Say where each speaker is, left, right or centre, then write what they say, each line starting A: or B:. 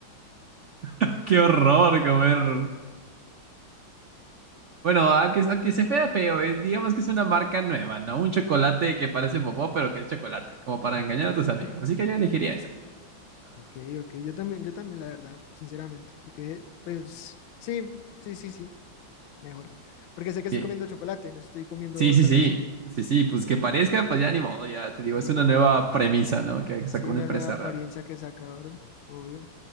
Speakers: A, on the right (about 70°); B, on the left (about 80°).
A: <laughs> Qué horror comer. Bueno, aunque, aunque se vea feo, es- digamos que es una marca nueva, ¿no? Un chocolate que parece popó, pero que es chocolate, como para engañar a tus
B: <laughs>
A: amigos. Así que yo elegiría esa, la verdad.
B: Ok, ok. Yo también, yo también, la verdad, sinceramente. Porque, pues, sí, sí, sí, sí. Mejor. Porque sé
A: Ok.
B: que estoy comiendo chocolate, no estoy comiendo
A: Sí,
B: otra
A: sí, sí.
B: cosa.
A: Sí, sí, pues
B: Sí,
A: que parezca, pues ya ni modo, ya te digo,
B: ni
A: es una
B: modo.
A: nueva premisa, ¿no? Que sacó
B: Sí,
A: una
B: una
A: empresa
B: nueva apariencia
A: rara.
B: que saca, bro. Obvio.